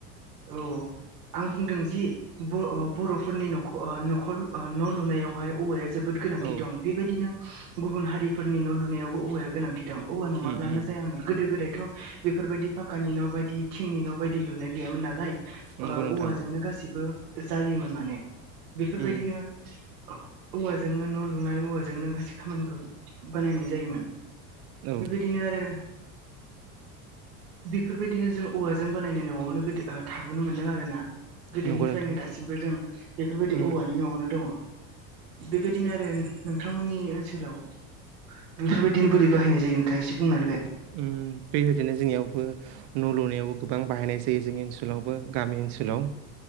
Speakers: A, on the right; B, on the right.
A: औ आं बुंदों जि ब ओ बर'फोरनि नरख ओ न'खर न' लुनायावहाय औवाया जोबोद गोनांथि
B: औ
A: दं बेबायदिनो गुबुन हारिफोरनि न' लुनायावबो औवाया गोनांथि दं औवा नङाब्लानो
B: उम उम
A: जायामोन गोदो गोदायथ' बेफोरबायदि पाकानि न' बायदि थिंनि न' बायदि लुनाय गैयामोन नालाय
B: नंगौ
A: ओ
B: नोंथां
A: औवाजोंनो गासिबो जायोमोन माने बेफोरबायदिनो
B: उम
A: औवाजोंनो न' लुनाय औवाजोंनो गासै खामानिफोरखौ बानायनाय जायोमोन
B: औ
A: बेबायदिनो आरो बेफोरबायदिनो जों औवाजों बानायनाय न'आवनो गोदो ओ थाबोनो मोन्दों आरो ना गोदोनिफ्रायनो
B: नंगौ नोंथां
A: दासिमबो जों बेफोरबायदि
B: उम
A: औवानि न'आवनो दङ बेबायदिनो आरो नोंथांमोननि ओनसोलाव बेफोरबायदिनो बोरै बाहायनाय जायो नोंथाङा एसे बुंना होलाय
B: ओम बेबायदिनो जोंनियावबो न' लुनायावबो गोबां बाहायनाय जायो जोंनि ओनसोलावबो गामि ओनसोलाव